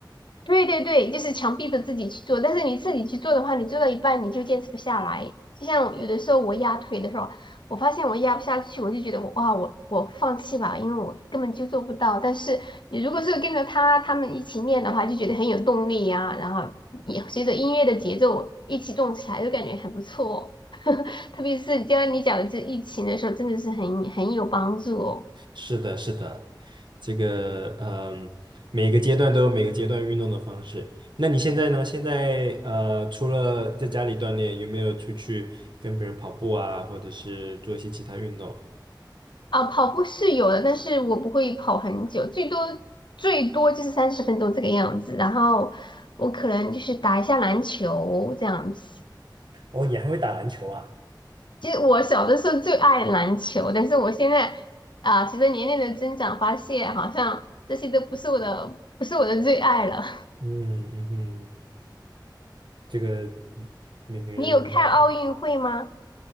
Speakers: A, on the left (about 75°); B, on the right (about 75°).
A: 对对对，就是强逼着自己去做，但是你自己去做的话，你做到一半你就坚持不下来。就像有的时候我压腿的时候，我发现我压不下去，我就觉得我哇，我我放弃吧，因为我根本就做不到。但是你如果是跟着他他们一起练的话，就觉得很有动力呀、然后也随着音乐的节奏一起动起来，就感觉很不错哦 <laughs> 特别是就像你讲的这疫情的时候，真的是很很有帮助哦。
B: 是的，是的，这个嗯，每个阶段都有每个阶段运动的方式。那你现在呢？现在呃，除了在家里锻炼，有没有出去跟别人跑步啊，或者是做一些其他运动？
A: 啊，跑步是有的，但是我不会跑很久，最多最多就是三十分钟这个样子。然后我可能就是打一下篮球这样子。
B: 哦，你还会打篮球啊？
A: 其实我小的时候最爱篮球，但是我现在啊，随着年龄的增长，发现好像这些都不是我的，不是我的最爱了。
B: 嗯嗯哼，这个每个人的那个
A: <laughs> 你有看奥运会吗？